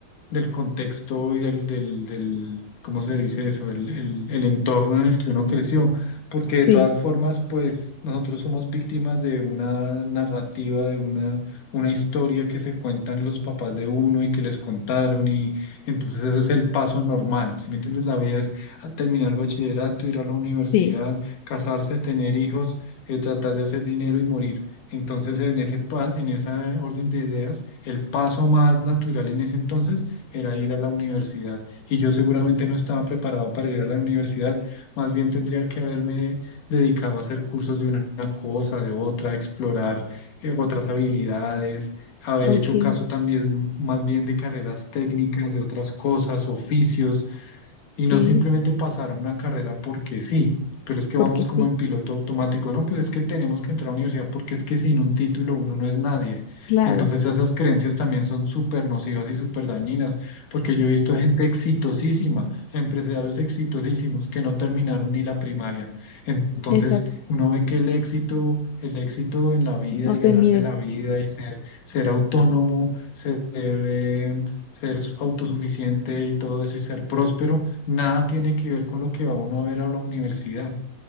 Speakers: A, on the left; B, on the left.
A: del contexto y del, del, del- ¿cómo se dice eso? El, el, el entorno en el que uno creció porque de
B: sí,
A: todas formas, pues nosotros somos víctimas de una narrativa, de una, una historia que se cuentan los papás de uno y que les contaron y entonces eso es el paso normal, si me entiendes? La vida es a terminar el bachillerato, ir a la universidad,
B: sí,
A: casarse, tener hijos, eh, tratar de hacer dinero y morir. Entonces, en ese, pa- en esa orden de ideas, el paso más natural en ese entonces era ir a la universidad. Y yo seguramente no estaba preparado para ir a la universidad más bien tendría que haberme dedicado a hacer cursos de una una cosa, de otra, explorar eh, otras habilidades, haber
B: ok,
A: hecho caso también más bien de carreras técnicas, de otras cosas, oficios, y
B: sí,
A: no simplemente pasar a una carrera porque sí, pero es que
B: porque
A: vamos
B: sí,
A: como en piloto automático, no, pues es que tenemos que entrar a la universidad porque es que sin un título uno no es nadie.
B: claro,
A: Entonces esas creencias también son súper nocivas y súper dañinas, porque yo he visto gente exitosísima, empresarios exitosísimos que no terminaron ni la primaria. Entonces
B: exacto,
A: uno ve que el éxito... El éxito en la vida
B: no
A: y
B: se
A: ganarse
B: mide.
A: la vida y ser, ser autónomo, ser, eh, ser autosuficiente y todo eso y ser próspero, Nada tiene que ver con lo que va uno a ver a la universidad.